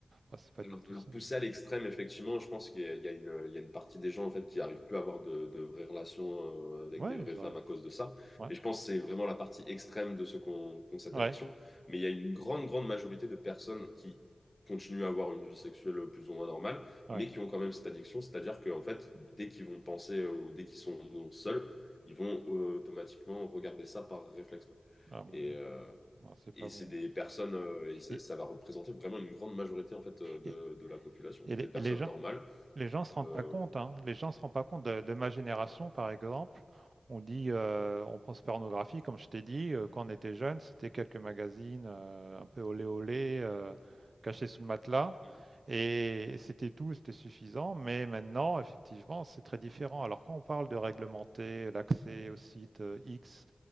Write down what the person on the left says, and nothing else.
Alors,
de leur
pousser à l'extrême, effectivement, je pense qu'il y a, il y a une, il y a une partie des gens en fait qui n'arrivent plus à avoir de, de vraies relations euh, avec
des vraies
femmes
à cause de ça.
Mais je pense que c'est vraiment la partie extrême de ceux qui ont, qui ont cette
addiction. Mais il y a une grande, grande majorité de personnes qui continuent à avoir une vie sexuelle plus ou moins normale,
mais qui ont quand même cette addiction. C'est-à-dire que en fait, dès qu'ils vont penser euh, ou dès qu'ils sont, sont seuls, ils vont euh, automatiquement regarder ça par réflexe. quoi.
Et,
euh,
et
c'est des
personnes, euh, et ça,
ça va représenter vraiment une grande majorité en fait euh, de,
de la population,
des
personnes
normales.
Euh,
Mhm.